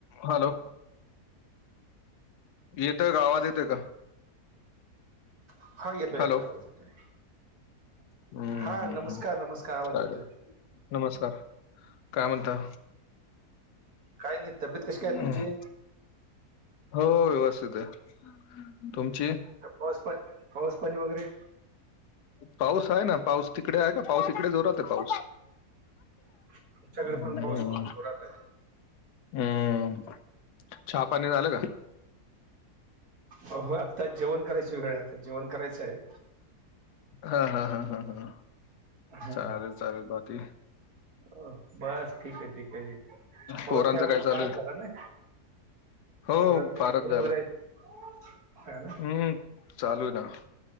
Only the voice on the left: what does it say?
Hello! येतयं का आवाज येते का?
हॅलो
हम्म,
हम्म,
हम्म.
काय
ग? नमस्कार काय म्हणता?
हम्म.
हो व्यवस्थित आहे तुमची?
पाऊस आहे ना पाऊस तिकडे आहे का पाऊस ईकडे जोरात आहे पाऊस.
हम्म.
हम्म. चहा पाणी झालं का
हा हा हा हा हा
चाले - चाले बाकी.
पोरांचं
काय चालू
आहे
हो
फारच
झालं
हम्म चालू हे ना.